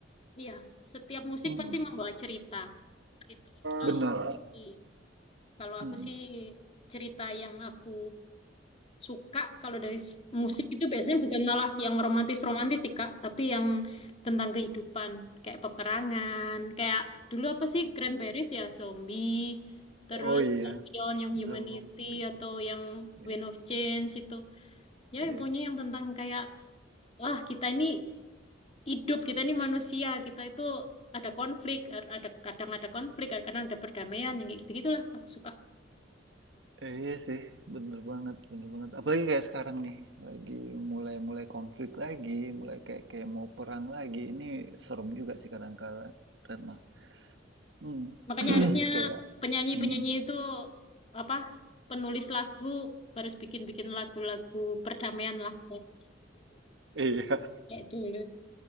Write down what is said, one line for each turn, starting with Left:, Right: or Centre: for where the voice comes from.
Left: Iya, setiap musik
Right: Mm.
Left: pasti membawa cerita. Itu apa?
Right: Bener.
Left: Pasti. Kalau
Right: Mm.
Left: aku sih cerita yang aku suka kalau dari s- musik itu biasanya bukan malah yang romantis-romantis sih Kak, tapi yang tentang kehidupan kayak peperangan, kayak dulu apa sih Cranberries ya zombie, terus
Right: Oh
Left: Scorpion
Right: iya,
Left: yang Humanity
Right: zombie,
Left: atau yang
Right: iya
Left: Wind of Change itu. Ya
Right: iya.
Left: pokoknya yang tentang kayak wah kita ini hidup, kita ini manusia, kita itu ada konflik, er, ada kadang ada konflik, kadang ada perdamaian yang kayak gitu-gitulah aku suka.
Right: Eh, iya sih, bener banget bener banget. Apalagi kayak sekarang nih, lagi mulai-mulai konflik lagi, mulai kayak kayak mau perang lagi. Ini serem juga sih kadang kala, Retno. Hmm.
Left: Makanya
Right: <clears throat>
Left: harusnya
Right: Kayak
Left: penyanyi-penyanyi
Right: mhm.
Left: itu apa penulis lagu harus bikin-bikin lagu-lagu perdamaian lah <laughs>
Right: Iya,
Left: kayak dulu.